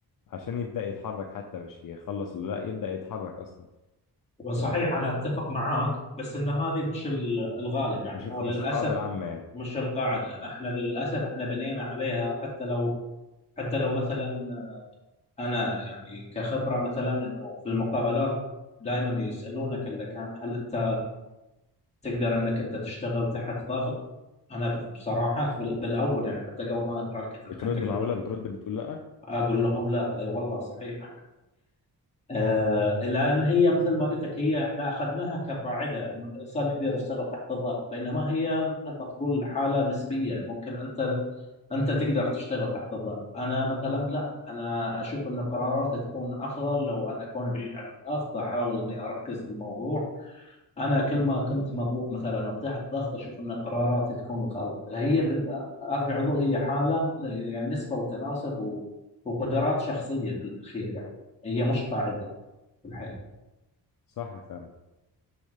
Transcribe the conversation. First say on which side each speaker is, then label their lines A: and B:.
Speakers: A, on the left; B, on the left.
A: عشان يبدأ يتحرك حتى مش يخلص اللي لا يبدأ يتحرك اصلا انت
B: وصحيح أنا أتفق معاك بس أن هذه مش ال- الغالب يعني
A: مش الق-
B: هو
A: مش
B: للأسف
A: القاعدة العامة يعني
B: مش القاعدة احنا للأسف احنا بنينا عليها حتى لو حتى لو مثلا انا يعني كخبره مثلا انه في المقابلات دائما يسالونك اللي كان هل انت تقدر انك انت تشتغل تحت ضغط انا ب- بصراحه في ال- بالاول يعني حتى قبل ما اقرا الكتاب
A: بترد
B: كنت اقول
A: معقولة
B: لهم
A: بترد بتقول لا
B: اقول لهم لا والله صحيح آه لان هي مثل ما قلت لك هي احنا اخذناها كقاعده انه الانسان يقدر يشتغل تحت الضغط بينما هي مثل ما تقول حاله نسبيه ممكن انت انت تقدر تشتغل تحت الضغط انا مثلا لا انا اشوف ان قراراتي تكون افضل لو انا اكون بعيد عن الضغط احاول اني اركز في الموضوع انا كل ما كنت مضغوط مثلا او تحت ضغط اشوف ان قراراتي تكون غلط هي بال- ارجع اقول هي حاله يعني نسبه وتناسب و- وقدرات شخصيه في الاخير يعني هي مش قاعده في الحياه
A: صح فعلا